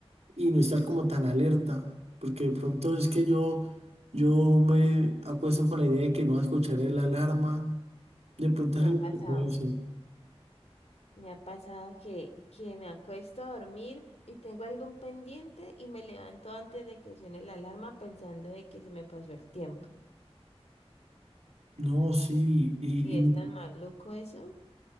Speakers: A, on the right (about 75°); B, on the left (about 75°).
A: y no estar como tan alerta, porque de pronto es que yo, yo me acuesto con la idea de que no va a escuchar la alarma, de pronto
B: Me
A: es algo
B: ha pasado,
A: que me dicen.
B: me ha pasado que, que me acuesto a dormir y tengo algún pendiente y me levanto antes de que suene la alarma pensando de que se me pasó el tiempo.
A: No, sí, y,
B: ¿Y
A: y-
B: es tan maluco eso?